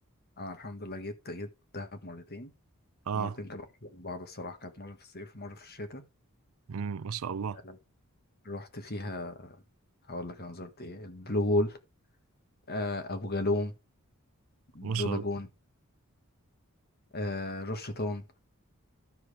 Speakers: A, on the left (about 45°); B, on the right (about 75°).
A: انا الحمد لله جيت جيت دهب مرتين
B: اه
A: ومرتين كانوا أحلى من بعض الصراحه كانت مره في الصيف ومره في الشتاء
B: مم، ما شاء الله
A: أنا رحت فيها هقول لك انا زرت ايه البلو هول آه ابو جالوم بلو
B: ما شاء
A: لاجون
B: الله
A: آه رش شيطان